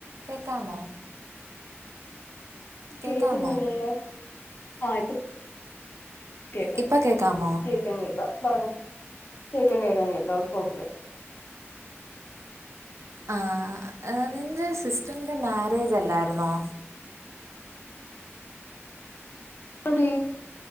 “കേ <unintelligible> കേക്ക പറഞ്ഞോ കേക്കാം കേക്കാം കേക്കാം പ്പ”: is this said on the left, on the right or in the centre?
Left